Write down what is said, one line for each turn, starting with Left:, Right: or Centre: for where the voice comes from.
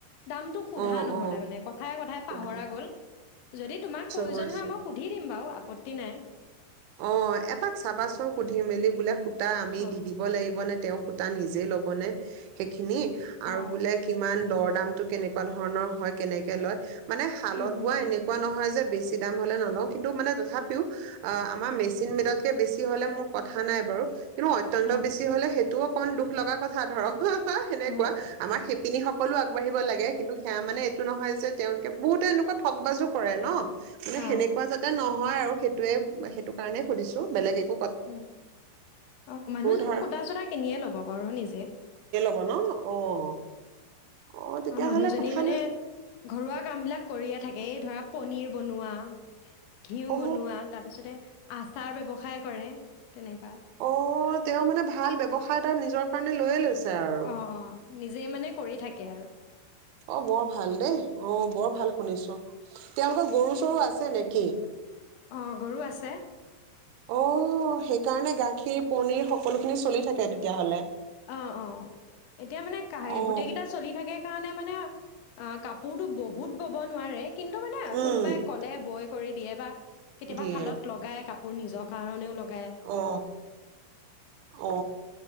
Left: দামটো সুধা
Right: অ
Left: নহ'লে
Right: অ
Left: মানে কথাই-কথাই
Right: বুজিছো
Left: পাহৰা গ'ল যদি তোমাক প্ৰয়োজন
Right: বুজিছো
Left: হয় ম‌ই সুধি দিম বাৰু আপ টিনায়ে
Right: অ এপাক চাবাচোন সুধি-মেলি বোলে সু তা আমি
Left: অ
Right: দি দিব লাগিব নে? তেওঁ সূতা নিজেই ল'ব নে? সেইখিনি আৰু
Left: অ
Right: বোলে কিমান দৰ দামটো কেনেকুৱা ধৰণৰ হয় কেনেকে লয়। মানে শালত
Left: উম উম
Right: বোৱা এনেকুৱা নহয় যে বেছি দাম হ'লে নলয়, কিন্তু মানে তথাপিও অ আমাৰ মেচিন মেদত তকে বেছি হ'লে, মোৰ কথা নাই বাৰু কিন্তু অত্যন্ত
Left: অ
Right: বেছি হ'লে সেইটো অক কণ দুখ লগা কথা ধৰক। অহ হ সেনেকুৱা
Left: অ
Right: আমাৰ শিপিনী সক সকলো আগবাঢ়িব লাগে। কিন্তু সেয়া মানে এইটো নহয় যে তেওঁলোকে বহুতো এনেকুৱা ঠগ বাজু কৰে ন মানে
Left: অ অ
Right: সেনেকুৱা যাতে নহয় আৰু সেটো ৱেব উম সেইটো কাৰণে সুধিছো বেলেগ এক
Left: অ', অ', মানুহজনীক
Right: ধৰা
Left: কুৰ্তা চুৰ্তা কিনিয়ে ল'ব বাৰু নিজে।
Right: ন' ন' অ'। অ তেতিয়াহ'লে
Left: আ মানুহজনীয়ে
Right: কথা
Left: মানে
Right: নাই
Left: ঘৰুৱা কাম বিলাক কৰিয়ে থাকে এই ধৰা। পনীৰ বনোৱা। ঘিঁউ
Right: অ
Left: বনোৱা তাৰপিছতে আচাৰ ব্যৱসায় সহায় কৰে। তেনেকুৱা
Right: অ
Left: আ
Right: তেওঁ মানে ভাল ব্যৱসায় এটা নিজৰ কাৰণে লৈয়ে লৈছে আৰু
Left: অ', অ', নিজেই মানে কৰি থাকে আৰু।
Right: অ', বৰ ভাল দেই অ', বৰ ভাল শুনিছো তোমালোকৰ গৰু চৰু আছে নেক কি?
Left: অ গৰু আছে।
Right: অ', সেইকাৰণে গাখীৰ পনিৰ সকলোখিনি চলি থাকে তেতিয়াহ'লে।
Left: অ অ। এতিয়া মানে কা
Right: অ
Left: গোটেই কেইটা চলি থাকে কাৰণে মানে মানে আ কাপোৰতো বহুত বব নোৱাৰে। কিন্তু মানে
Right: উম
Left: কোনোবাই ক'লে বৈ কৰি দিয়ে বা কেতিয়াবা
Right: দিয়ে
Left: শালত লগায় কাপ মোৰ নিজৰ কাৰণেও লগ
Right: অ অ